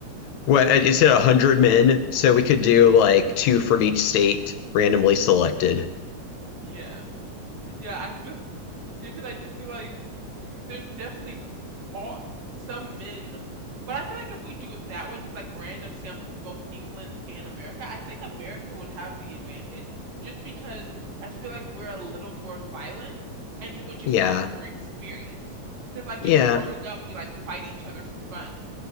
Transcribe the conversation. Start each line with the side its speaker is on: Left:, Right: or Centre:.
Left: What, uh, you said 100 men, so we could do like two from each state randomly selected.
Right: Yeah. Yeah, I Yeah, because I just feel like th- there's definitely s- all some men, but I feel like if we do it that way, just like random sample from both England and America, I think America would have the advantage just because I feel like we're a little more violent and we would just
Left: Yeah,
Right: have more experience. Because like
Left: yeah,
Right: just growing up, we like fight each other for fun.